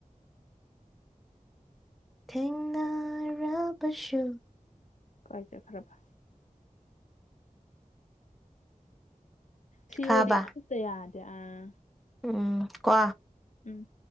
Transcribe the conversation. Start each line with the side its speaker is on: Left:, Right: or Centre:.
Centre: ꯊꯦꯡꯅꯔ ꯔꯁꯨ
Left: ꯀꯥꯏꯆꯠꯈ꯭ꯔꯕ ꯁꯤ
Centre: ꯈꯥꯕ
Left: ꯑꯣ ꯗꯤ ꯑꯝꯇ ꯌꯥꯗꯦ ꯑꯥ
Centre: ꯎꯝ ꯀꯣ
Left: ꯎꯝ